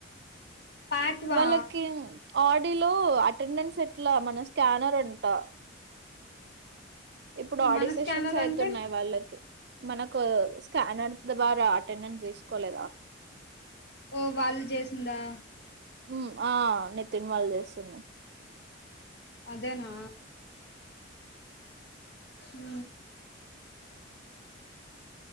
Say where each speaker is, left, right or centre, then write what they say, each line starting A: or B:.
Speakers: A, on the left (about 60°); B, on the right (about 60°).
A: పాట్వా
B: వాళ్ళకిమ్ ఆడిలో అటెండెన్సెట్లా మన స్కానర్ అంటా ఇప్పుడు ఆడి
A: మన
B: సెషన్స్
A: స్కానర్
B: అయితున్నాయి
A: అంటే
B: వాళ్ళకి. మనకూ స్కానర్స్ ద్వారా అటెండెన్స్ తీసుకోలేదా?
A: ఓ వాళ్ళు జేసిందా?
B: ఉ ఆ నితిన్ వాళ్ జేస్తున్నం
A: అదేనా? ఊ